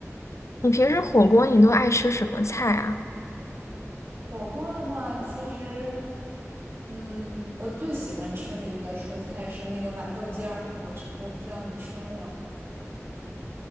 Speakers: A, on the left; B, on the right.
A: 你平时火锅你都爱吃什么菜啊？
B: 火锅的话，其实嗯，我最喜欢吃的一个蔬菜是那个豌豆尖儿，我知我不知道你吃过吗？